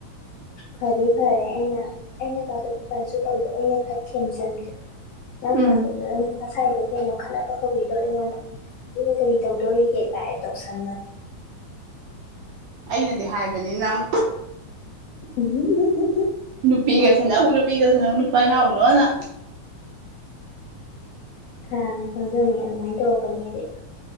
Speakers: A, on the left; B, on the right.
A: ꯐꯗꯤ ꯐꯔꯦ ꯑꯩꯅ ꯑꯩꯅ ꯀꯥꯗꯣꯛ ꯀꯁꯨ ꯇꯧꯗꯣ ꯑꯩꯅ ꯈꯔ ꯊꯦꯝꯖꯤꯟꯈ꯭ꯔꯦ ꯅꯪ
B: ꯎꯝ
A: ꯍꯥꯢꯗꯣ ꯀꯔꯝꯕꯅꯣ ꯉꯁꯥꯏꯗꯣ ꯀꯩꯅꯣ ꯈꯠꯅꯕ ꯍꯧꯕꯤꯗꯣ ꯑꯩꯉꯣꯟꯗ ꯅꯪꯅ ꯀꯔꯤ ꯇꯧꯗꯣꯔꯤꯒꯦ ꯀꯥꯏ ꯇꯧꯁꯟꯕꯅꯦ
B: ꯑꯩꯅꯗꯤ ꯍꯥꯏꯕꯅꯤ ꯅꯪ
A: <unintelligible>
B: ꯅꯨꯄꯤꯒ ꯁꯥꯅꯧ ꯅꯨꯄꯤꯒ ꯁꯅꯧ ꯅꯨꯄꯥ ꯌꯥꯎꯅꯣꯅ
A: ꯀꯅ ꯈꯪꯖꯕꯣ ꯑꯗꯨꯃꯥꯏꯅ ꯇꯧꯔꯛꯀꯅꯦꯗꯤ